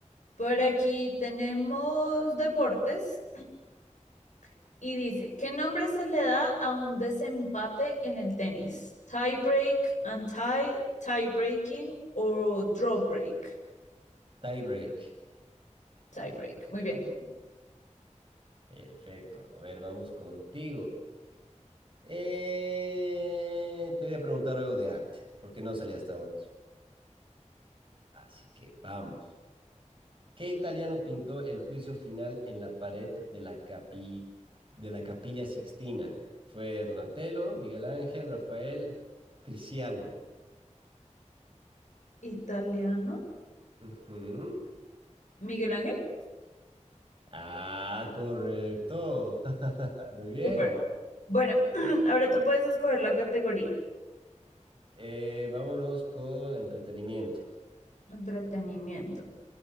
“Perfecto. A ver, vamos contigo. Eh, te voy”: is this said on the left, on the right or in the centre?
Right